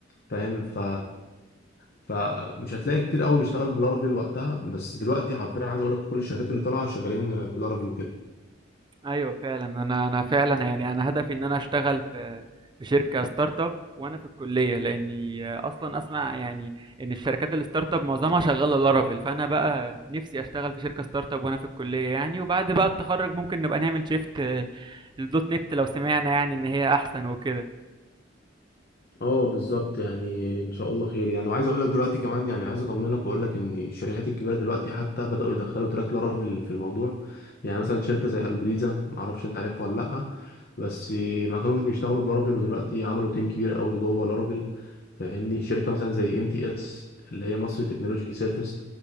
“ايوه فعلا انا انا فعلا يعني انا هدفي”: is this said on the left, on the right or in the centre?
Right